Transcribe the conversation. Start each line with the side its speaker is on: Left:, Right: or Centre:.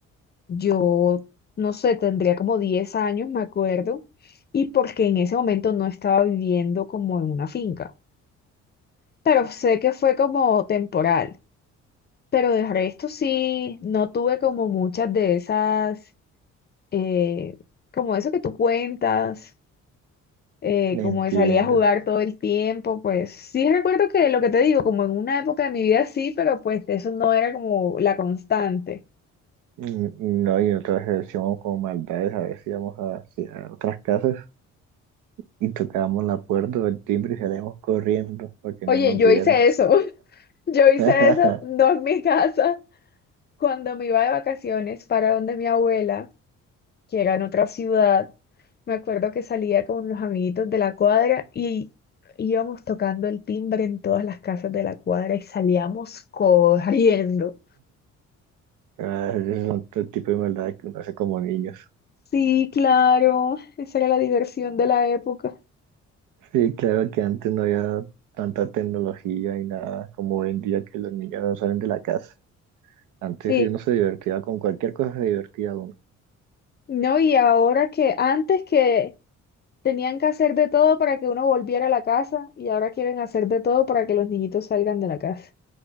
Left: Yo, no sé, tendría como 10 años, me acuerdo, y porque en ese momento no estaba viviendo como en una finca, pero sé que fue como temporal. Pero del resto sí, no tuve como muchas de esas, eh, como eso que tú cuentas, eh,
Right: entiendo.
Left: como de salir a jugar
Right: entiendo.
Left: todo el tiempo, pues sí recuerdo que lo que te digo, como en una época de mi vida sí, pero pues eso no era como la constante.
Right: Mm, No, y otra vez hacíamos como maldades, a veces íbamos hacia otras casas y tocábamos la puerta o el timbre y salíamos corriendo para que
Left: Oye,
Right: no nos
Left: yo
Right: vieran.
Left: hice eso, <laughs> yo hice
Right: <laughs>
Left: eso, no en mi casa, cuando me iba de vacaciones para donde mi abuela. que era en otra ciudad, me acuerdo que salía con los amiguitos de la cuadra y íbamos tocando el timbre en todas las casas de la cuadra y salíamos corriendo.
Right: Ah, Ese es otro tipo de maldad que uno hace como niños.
Left: Sí, claro, esa era la diversión de la época.
Right: Sí, claro que antes no había tanta tecnología y nada como hoy en día que los niños no salen de la casa. Antes
Left: Sí,
Right: sí uno se divertía con cualquier cosa, se divertía uno.
Left: no, y ahora que antes que tenían que hacer de todo para que uno volviera a la casa y ahora quieren hacer de todo para que los niñitos salgan de la casa.